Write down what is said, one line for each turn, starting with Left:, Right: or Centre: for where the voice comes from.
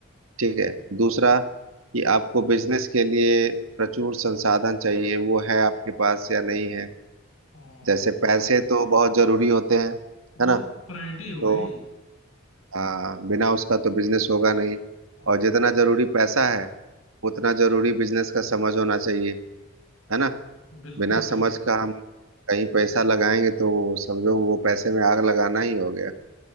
Right: ठीक है दूसरा कि आपको बिजनेस के लिए प्रचुर संसाधन चाहिए वो है आपके पास या नहीं है
Left: हम्म,
Right: जैसे पैसे तो बहुत जरूरी होते हैं
Left: वो
Right: है ना
Left: तो प्रायोरिटी
Right: तो
Left: हो गई
Right: अ, बिना उसका तो बिजनेस होगा नहीं
Left: हम्म,
Right: और जितना जरूरी पैसा है उतना जरूरी बिजनेस का समझ होना चाहिए है ना
Left: बिल्कुल
Right: बिना
Left: बिल्कुल
Right: समझ का हम कहीं पैसा लगाएंगे तो समझो वो पैसे में आग लगाना ही हो गया